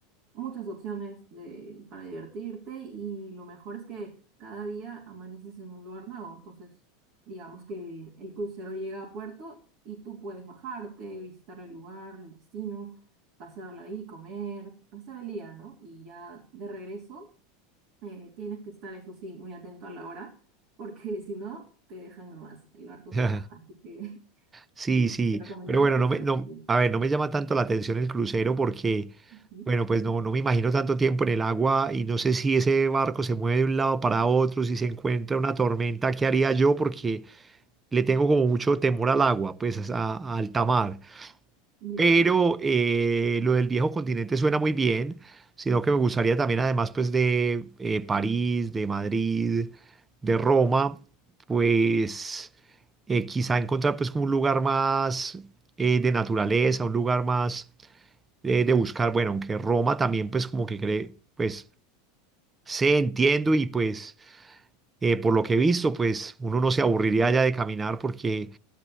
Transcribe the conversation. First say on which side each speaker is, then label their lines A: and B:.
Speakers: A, on the right; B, on the right.
A: muchas opciones de, para divertirte y lo mejor es que cada día amaneces en un lugar nuevo. Entonces, digamos que el, el crucero llega a puerto y tú puedes bajarte, visitar el lugar, el destino, pasarla ahí, comer, pasar el día, ¿no? Y ya de regreso eh, tienes que estar, eso sí, muy atento a la hora, porque <laughs> si no, te dejan nomás el barco se
B: <laughs>
A: va. Así que <laughs>
B: Sí,
A: sí,
B: sí,
A: te recomendaría
B: pero bueno,
A: un crucero
B: no me, no,
A: si puedes.
B: a ver, no me llama tanto la atención el crucero porque,
A: Ujú.
B: bueno, pues no, no me imagino tanto tiempo en el agua y no sé si ese barco se mueve de un lado para otro, si se encuentra una tormenta, ¿qué haría yo? Porque le tengo como mucho temor al agua, pues a, a alta mar
A: Ya,
B: pero eh, lo del viejo continente suena muy bien, sino que me gustaría también, además, pues de eh, París, de Madrid, de Roma, pues eh, quizá encontrar pues como un lugar más eh, de naturaleza, un lugar más eh, de buscar, bueno, aunque Roma también pues como que cree, pues sé, entiendo y pues eh, por lo que he visto, pues uno no se aburriría ya de caminar porque